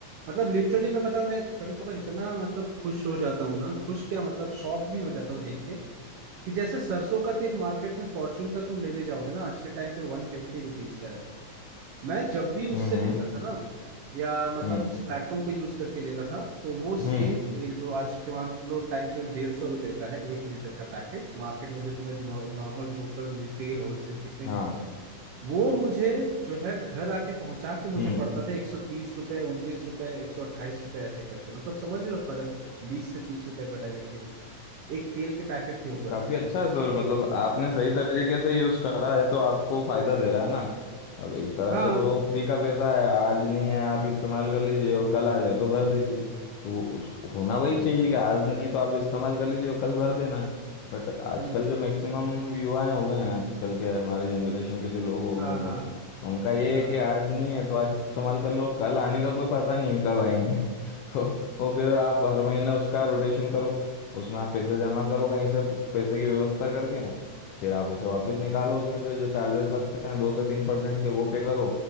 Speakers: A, on the right; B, on the left.
A: मतलब लिटरली मैं बता रहा हूँ मैं कभी कभार इतना मतलब खुश हो जाता हूँ ना खुश क्या मतलब शॉक भी हो जाता हूँ देख के कि जैसे सरसों का तेल मार्केट में फॉर्चून का तुम लेने जाओगे ना आज के टाइम पे वन फिफ्टी रुपीज का है मैं जब भी उससे
B: हम्म हम्म
A: लेता था ना या मतलब
B: हम्म
A: उस प्लेटफॉर्म को यूज करके लेता था तो वो सेम
B: हम्म
A: तेल जो आज के मान लो टाइम पे डेढ़ सौ रुपए का है एक लीटर का पैकेट मार्केट में जो तुम्हें नॉर्मल लोकल रिटेल होलसेल किसमें
B: हाँ
A: भी वो मुझे जो है घर आके पहुंचा के मुझे
B: हम्म
A: पड़ता था एक सौ तीस रुपए उनतीस रुपए एक सौ अट्ठाईस रुपए ऐसे करके मतलब समझ रहे हो फर्क बीस से तीस रुपए का डायरेक्टली एक तेल के पैकेट के ऊपर
B: ये काफी अच्छा है सर मतलब आपने सही तरीके से यूज करा है तो आपको फायदा दे रहा है ना अब एक तरह
A: हाँ
B: से तो फ्री का पैसा है आज नहीं है आप इस्तेमाल कर लीजिए और कल आ जाए तो भर दीजिए तो उस होना वही चाहिए कि आज नहीं है तो आप इस्तेमाल कर लीजिए और कल भर देना बट आजकल
A: हम्म
B: जो मैक्सिमम युवाएं हो गए हैं आजकल के हमारे जनरेशन के जो लोग हो
A: हाँ
B: गए हैं सर
A: हाँ
B: उनका ये
A: हाँ
B: है कि आज नहीं है तो आज इस्तेमाल कर लो और कल आने का कोई पता नहीं है कब आएंगे <laughs> तो वो फिर आप हर महीने उसका रोटेशन करो उसमें आप पैसे जमा करो कहीं से पैसे की व्यवस्था करके फिर आप उसे वापस निकालो उसमें से जो चार्जेस लगते हैं दो से तीन परसेंट के वो पे करो